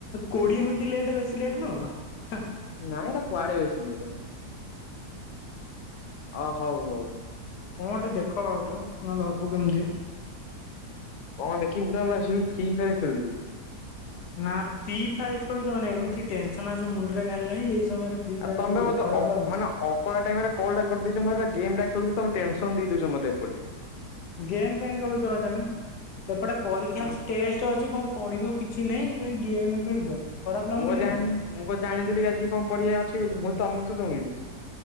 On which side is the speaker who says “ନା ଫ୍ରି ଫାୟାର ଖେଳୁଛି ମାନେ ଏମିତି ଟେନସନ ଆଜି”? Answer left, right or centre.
Left